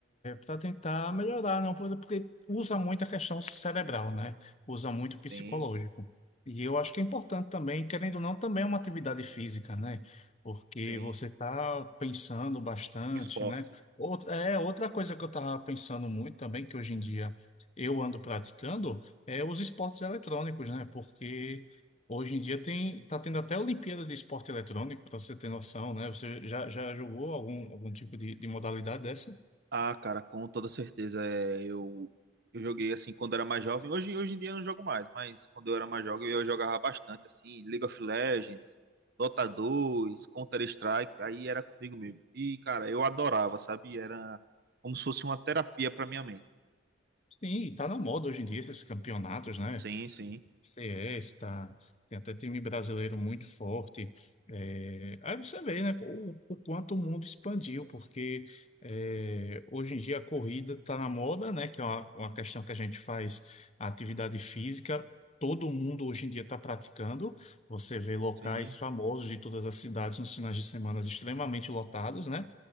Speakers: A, on the left (about 35°); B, on the right (about 55°).
A: para tentar melhorar, não, por- porque usa muito a questão cerebral, né? Usa muito o psicológico.
B: Sim,
A: E eu acho que é importante também, querendo ou não, também é uma atividade física, né? Porque
B: sim.
A: você está pensando bastante,
B: Um esporte.
A: né? Outra, é, outra coisa que eu estava pensando muito também, que hoje em dia eu ando praticando, é os esportes eletrônicos, né? Porque Hoje em dia tem, tá tendo até Olimpíada de Esporte Eletrônico, para você ter noção, né? Você já, já jogou algum, algum tipo de, de modalidade dessa?
B: Ah, cara, com toda certeza. É, eu, eu joguei assim quando era mais jovem. Hoje, hoje em dia eu não jogo mais, mas quando eu era mais jovem eu jogava bastante, assim, League of Legends, Dota dois, Counter-Strike, aí era comigo mesmo. E, cara, eu adorava, sabe? Era como se fosse uma terapia pra minha mente.
A: Sim, e tá na moda hoje em dia esses campeonatos, né?
B: Sim, sim,
A: Fiesta, tem até time brasileiro muito forte. É, aí você vê, né, o, o quanto o mundo expandiu, porque é, hoje em dia a corrida está na moda, né, que é uma, uma questão que a gente faz a atividade física. Todo mundo hoje em dia está praticando. Você vê locais
B: sim,
A: famosos de todas as cidades nos finais de semana extremamente lotados, né?